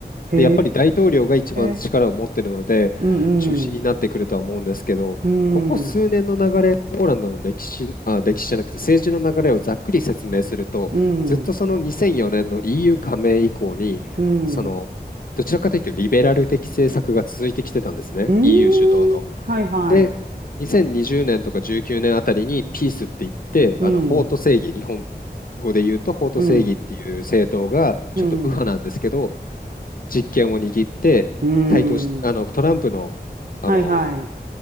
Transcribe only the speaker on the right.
へ
え。うんうん。
うん。
うん。
うん。
うーん。
はいはい。
うん。
うん。うん。
うん。
はいはい。